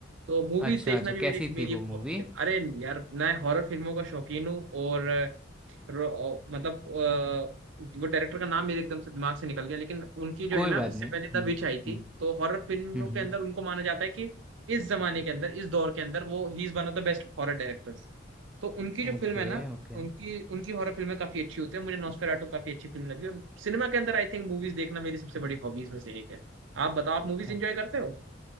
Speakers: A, on the right (about 80°); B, in the centre.
A: तो मूवीज
B: अच्छा
A: देखना
B: अच्छा
A: भी मेरी
B: कैसी
A: मेरी
B: थी
A: एक
B: वो
A: हॉबी
B: मूवी
A: है अरे यार मैं हॉरर फिल्मों का शौकीन हूँ और रो- मतलब अ, वो डायरेक्टर का नाम मेरे एकदम से दिमाग से निकल गया लेकिन उनकी जो
B: कोई
A: है ना
B: बात
A: इससे
B: नहीं
A: पहले
B: हम्म
A: द विच आई थी
B: हम्म
A: तो हॉरर फिल्मों
B: हम्म
A: के
B: हम्म।
A: अंदर उनको माना जाता है कि इस जमाने के अंदर इस दौर के अंदर वो ही is one of the best horror directors तो उनकी जो
B: ओके
A: फिल्म है ना
B: ओके
A: उनकी उनकी हॉरर फिल्में काफी अच्छी होती है मुझे नॉस्फेराटू काफी अच्छी फिल्म लगी और सिनेमा के अंदर आई थिंक मूवीज देखना मेरी सबसे बड़ी हॉबीज में से एक है आप बताओ आप मूवीज
B: अच्छा
A: एंजॉय करते हो